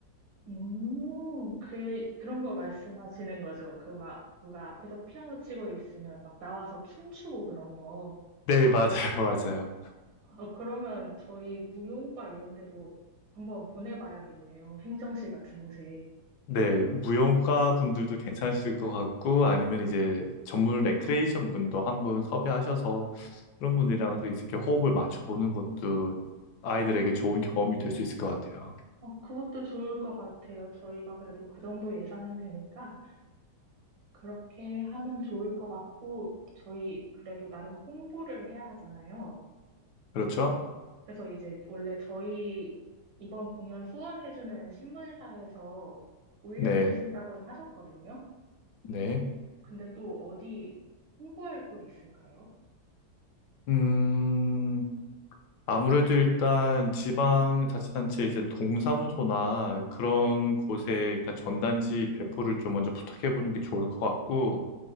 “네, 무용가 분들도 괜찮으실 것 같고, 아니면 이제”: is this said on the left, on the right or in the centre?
Left